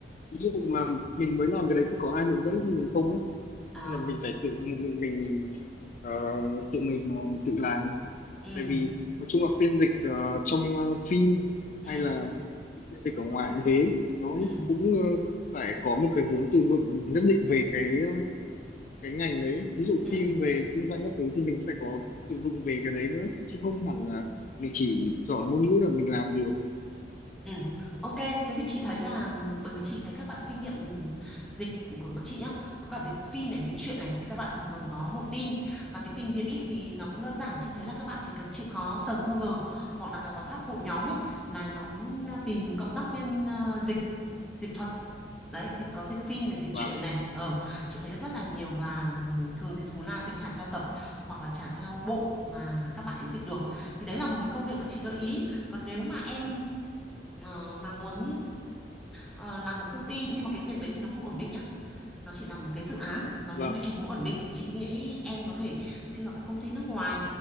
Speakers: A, on the left (about 45°); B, in the centre.
A: ví dụ mà mình mới làm cái đấy thì có ai hướng dẫn cho mình không ấy
B: ờ
A: hay là mình phải tự mình mình, mình ờ, tự mình mà mình tự làm
B: ừ
A: tại vì nói chung là phiên dịch ờ, trong ờ, phim
B: ừ
A: hay là phiên dịch ở ngoài cũng thế nó
B: ừ
A: cũng ờ, phải có một cái vốn từ vựng nhất định về cái ờ, cái ngành đấy ví dụ
B: ừ
A: phim về kinh doanh các thứ thì mình phải có từ vựng về cái đấy nữa chứ không hẳn là mình chỉ giỏi ngôn ngữ là mình làm được
B: Ừ. Ok, thế thì chị thấy là ừm, bởi vì chị thấy các bạn kinh nghiệm ừm, dịch của bọn chị nhá, có cả dịch phim này, dịch truyện này thì các bạn thường thường có một team và cái team việc ý thì nó cũng đơn giản, chị thấy là các bạn chỉ cần chịu khó search Google hoặc là cả vào các hội nhóm ý là nhóm ờ, tìm cộng tác viên ờ, dịch dịch thuật. Đấy, dịch có dịch phim này, dịch
A: và
B: truyện này. Ờ, chị thấy là rất là nhiều và ừm, thường thì thù lao sẽ trả theo tập hoặc là trả theo bộ mà các bạn ấy dịch được. Thì đấy là một cái công việc mà chị gợi ý. Còn nếu mà em Ờ, mà muốn ờ, làm một công ty nhưng mà cái việc đấy thì nó không ổn định nhá nó chỉ là một cái dự án còn
A: và
B: nếu mà em muốn ổn định thì chị nghĩ em có thể xin vào các công ty nước ngoài